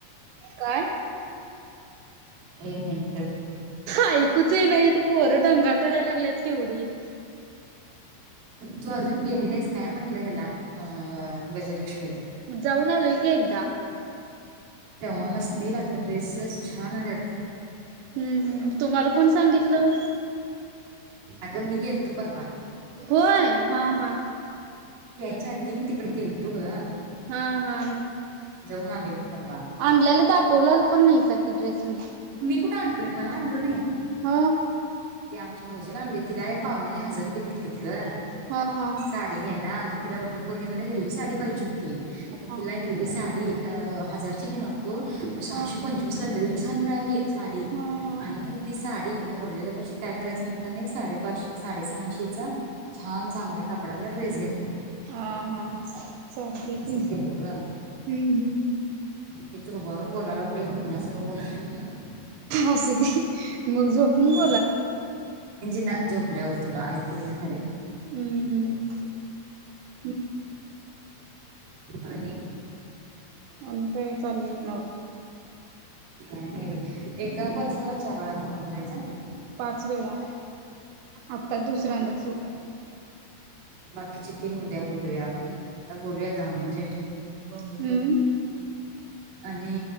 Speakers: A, on the right; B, on the right.
A: काय
B: ए मेंटल
A: ऐकूच येइना इथं पोर दंगा कराय लागल्यात केवढी <unintelligible>
B: तू अजून गेली नाहीस काय म्हटलं हेला हा होय गजलक्ष्मी
A: जाऊन आलोय की एकदा
B: तेव्हा नसतील आता ड्रेसेस छान आल्यात
A: हम्म हम्म तुम्हाला कोण सांगितलं
B: आग मी गेलतो परवा.
A: व्हय हा हा.
B: च्या आधी मी तिकड गेलतो ग.
A: हा हा.
B: जाऊन आले मी. परवा
A: आणल्याल दाखवला पण नाहीसा की ड्रेस म.
B: कुठ आणलोय मला आणलो नाही?
A: म
B: ते आमच्या भावजला आणलोय तिला एक पाहुण्यानी हजार रुपय दिल. तीत गं
A: ह हा हा
B: साडी घ्याय. ला म तिला वट्टपौर्णिमेला हिरवी साडी पाहिजे हो ती म
A: ह
B: तीला हरवी सा साडी अ. हजारची घेणार व्हतो म सहाशे
A: ह
B: पंचवीसला लई छा छान मिळाली. साडी
A: ह
B: आणि तीस साडी म उरलेल. पैशात काय करायचं म्हणतान एक साडे पाचशे, साडे सहाशे तेचा छान चांगल्या कापडातला ड्रेस घेतला.
A: हा हा हा चालते
B: अस
A: की
B: केलो ग
A: हम्म हम्म
B: इथ हुबारून बोलाय लागलोय कोणासंग बोलाल्यास म्हण
A: असू दे मग झोपून बोला.
B: ना झोपल्यावर तुला ऐकू येणात.
A: हम्म हम्म
B: आणि
A: आणि काय च? चाललय म.
B: काय नाही बाई, एका पर्सनला चार वेळा फोन करायचा.
A: पाच वेळा आता दुसऱ्यांदाच होता.
B: बाकीचे तीन उद्या बोलूया आपण आता बोलूया दहा मिनिट
A: हम्म.
B: आणि